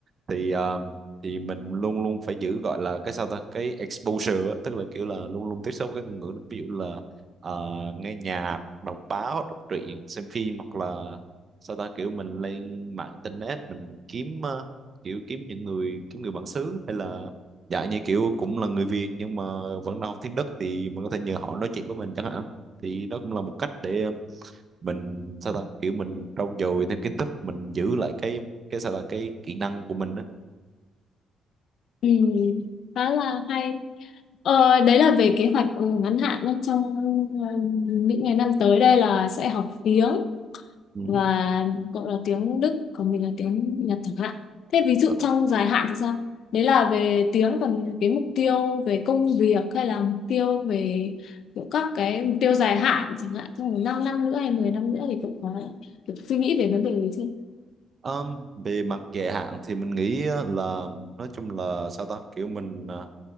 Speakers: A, on the right (about 45°); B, on the left (about 70°).
A: thì ờ, thì mình luôn luôn phải giữ gọi là cái sao ta cái exposure á, tức là kiểu là luôn luôn tiếp xúc với ngôn ngữ đó ví dụ là ờ, nghe nhạc đọc báo đọc truyện xem phim hoặc là sao ta kiểu mình lên mạng internet mình kiếm ờ, kiểu kiếm những người kiếm người bản xứ hay là dạ như kiểu cũng là người Việt nhưng mà vẫn đang học tiếng Đức thì mình có thể nhờ họ nói chuyện với mình chẳng hạn thì đó cũng là một cách để mình sao ta kiểu mình trau dồi thêm kiến thức mình giữ lại cái cái sao ta cái kỹ năng của mình đó
B: ừ, khá là hay ờ, đấy là về kế hoạch ừ, ngắn hạn nhé trong ờ, những ngày năm tới đây là sẽ học tiếng
A: Ừ.
B: và cậu là tiếng Đức còn mình là tiếng Nhật chẳng hạn thế ví dụ
A: Ờ.
B: trong dài hạn thì sao đấy là về tiếng còn cái mục tiêu về công việc hay là mục tiêu về kiểu các cái mục tiêu dài hạn chẳng hạn trong một năm năm nữa hay 10 năm nữa thì cậu có được suy nghĩ về vấn đề đấy chưa
A: Ờ, về mặt dài hạn thì mình nghĩ á là nói chung là sao ta kiểu mình à,